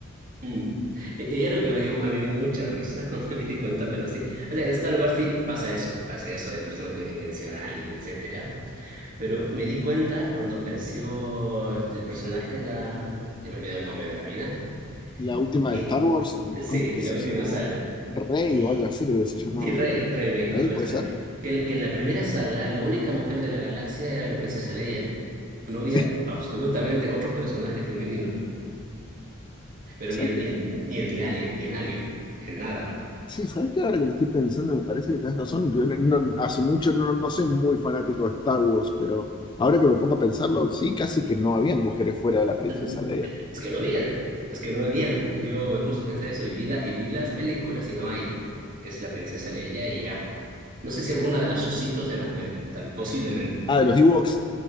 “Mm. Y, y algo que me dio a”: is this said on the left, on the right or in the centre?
Right